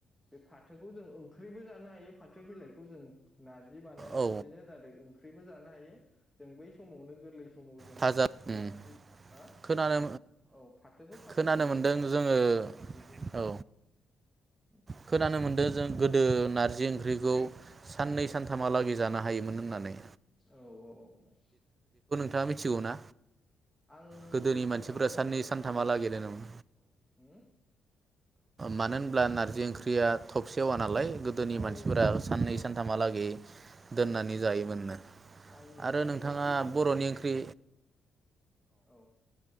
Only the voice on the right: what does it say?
औ
भाजा उम
खोनानो
खोनानो
मोनदों
जोङो
औ
खोनानो मोनदों जों गोदो नारजि ओंख्रि खौ साननै सानथामहालागै जानो हायोमोन होननानै।
थाङा मिथिगौ ना?
गोदोनि
मानसिफोरा
साननै
सानथामा
लागि दोनोमोन
मानो होनब्ला नारजि ओं ख्रिया थब सेवा नालाय। गोदोनि
मानसिफोरा
साननै
सानथामहालागै दोननानै जायोमोननो
आरो नोंथाङा
बर'नि ओंख्रि